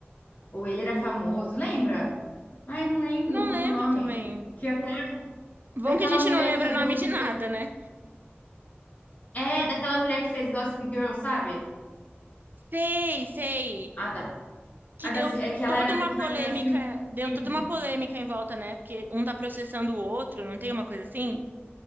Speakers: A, on the left; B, on the right.
A: ou ele era famoso, lembra? Ai, não lembro
B: Não
A: qual
B: lembro
A: que é o nome.
B: também.
A: Que até, daquela
B: Bom que a gente
A: mulher
B: não lembra
A: que é
B: o
A: do,
B: nome de
A: que
B: nada,
A: fez,
B: né?
A: é, daquela mulher que fez Gossip Girl, sabe?
B: Sei, sei.
A: a da
B: Que
A: A da,
B: deu
A: Ci- é que ela
B: toda
A: era a
B: uma
A: personagem
B: polêmica,
A: da Serena.
B: deu toda uma polêmica em volta, né? Porque um tá processando o outro, não tem uma coisa assim?